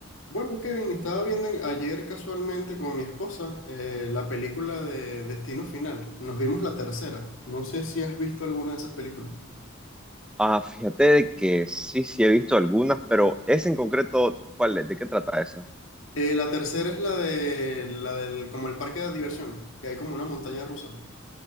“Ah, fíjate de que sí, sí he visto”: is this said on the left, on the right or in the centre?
Centre